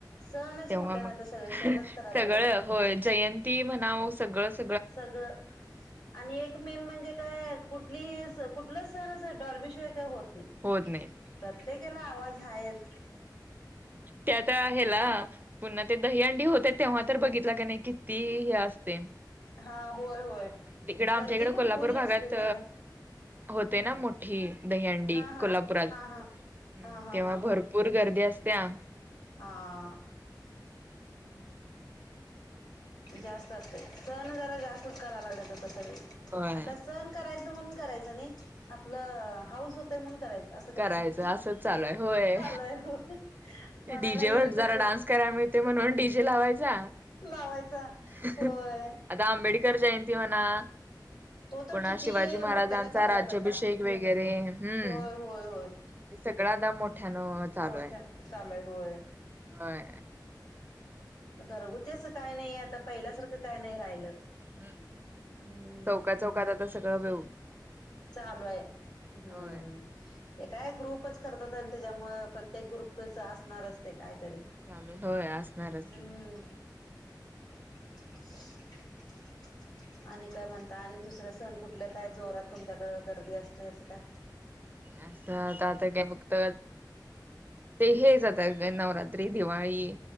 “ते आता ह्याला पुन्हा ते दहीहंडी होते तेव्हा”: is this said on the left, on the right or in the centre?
Right